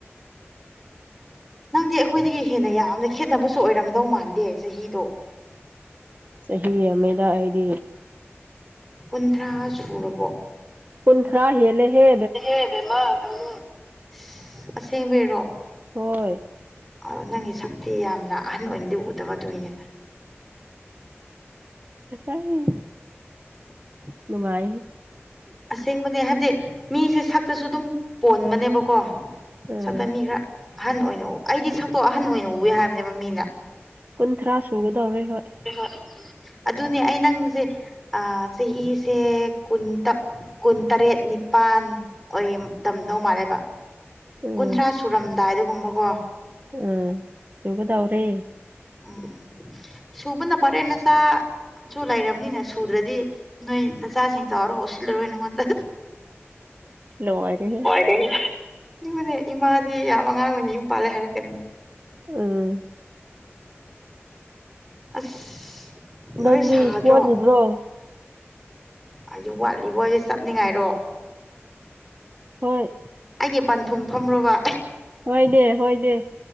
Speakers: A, in the centre; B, on the right.
A: ꯅꯪꯗꯤ ꯑꯩꯈꯣꯏꯗꯒꯤ ꯍꯦꯟꯅ ꯌꯥꯝꯅ ꯈꯦꯠꯅꯕꯁꯨ ꯑꯣꯏꯔꯝꯗꯧ ꯃꯥꯟꯗꯦ ꯆꯍꯤꯗꯣ
B: ꯆꯍꯤ ꯌꯥꯝꯃꯦꯗꯥ ꯑꯩꯗꯤ
A: ꯀꯨꯟꯊ꯭ꯔꯥ ꯁꯨꯔꯕꯣ
B: ꯀꯨꯟꯊ꯭ꯔꯥ ꯍꯦꯜꯂꯦ ꯍꯦ
A: ꯍ‌ꯦꯜꯂ‌ꯦꯍ‌ꯦ ꯕ‌ꯦꯝꯃꯥ ꯀꯔꯤꯅ‌ꯣ ꯑꯁꯦꯡꯕꯩꯔꯣ
B: ꯍꯣꯏ
A: ꯑ ꯅꯪꯒꯤ ꯁꯛꯇꯤ ꯌꯥꯝꯅ ꯑꯍꯟ ꯑꯣꯏꯅꯗꯤ ꯎꯗꯕ ꯑꯗꯨꯒꯤꯅꯤꯗ
B: ꯑꯩ ꯅꯨꯡꯉꯥꯏꯍ‌ꯦ
A: ꯑꯁꯦꯡꯕꯅꯦ ꯍꯥꯏꯕꯗꯤ ꯃꯤꯁꯦ ꯁꯛꯇꯁꯨ ꯑꯗꯨꯝ ꯄꯣꯟꯕꯅꯦꯕꯀꯣ
B: ꯎꯝ
A: ꯁꯛꯇ ꯃꯤ ꯈꯔ ꯑꯍꯟ ꯑꯣꯏꯅ ꯑꯩꯗꯤ ꯁꯛꯇꯣ ꯑꯍꯟ ꯑꯣꯏꯅ ꯎꯋꯦ ꯍꯥꯏꯕꯅꯦꯕ ꯃꯤꯅ
B: ꯀꯨꯟꯊ꯭ꯔꯥ ꯁꯨꯒꯗꯧꯔꯦ ꯍꯣꯏ
A: ꯍ‌ꯣꯏ ꯑꯗꯨꯅꯦ ꯑꯩ ꯅꯪꯁꯦ ꯑ ꯆꯍꯤꯁꯦ ꯀꯨꯟ ꯇꯛ ꯀꯨꯟ ꯇꯔꯦꯠ ꯅꯤꯄꯥꯟ ꯑꯣꯏ ꯗꯝꯗꯧ ꯃꯥꯜꯂꯦꯕ
B: ꯎꯝ
A: ꯀꯨꯟꯊ꯭ꯔꯥ ꯁꯨꯔꯝꯗꯥꯏꯗꯒꯨꯝꯕ ꯀꯣ
B: ꯑ ꯁꯨꯒꯗꯧꯔꯦ
A: ꯎꯝ ꯁꯨꯕꯅ ꯐꯔ‌ꯦ ꯅꯆꯥ ꯁꯨ ꯂꯩꯔꯕꯅꯤꯅ ꯁꯨꯗ꯭ꯔꯥꯗꯤ ꯅꯣꯏ ꯅꯆꯥꯁꯤꯡ ꯆꯥꯎꯔꯒ ꯎꯁꯤꯠꯂꯔꯣꯏ ꯅꯪꯉꯣꯟꯗ
B: ꯂ‌ꯣꯏꯔ‌ꯦꯍ‌ꯦ
A: ꯑꯁ‌ꯦꯡꯕꯅ‌ꯦ ꯏꯃꯥꯗꯤ ꯌꯥꯝ ꯑꯉꯥꯡ ꯑꯣꯏꯅ ꯌꯨꯝ ꯄꯥꯜꯂꯦ ꯍꯥꯏꯔꯛꯀꯅꯤ
B: ꯎꯝ
A: ꯑꯁ ꯅꯣꯏ
B: ꯅꯪꯗꯤ
A: ꯁꯥꯗ꯭ꯔꯣ
B: ꯋꯥꯠꯂꯤꯕ꯭ꯔꯣ
A: ꯑꯩꯁꯨ ꯋꯥꯠꯂꯤꯕꯣ ꯑꯩꯁꯦ ꯆꯠꯅꯤꯡꯉꯥꯏꯔꯣ
B: ꯍꯣꯏ
A: ꯑꯩꯒꯤ ꯄꯟꯊꯨꯡꯐꯝꯔ‌ꯣꯕ
B: ꯍꯣꯏꯅꯦ ꯍꯣꯏꯅꯦ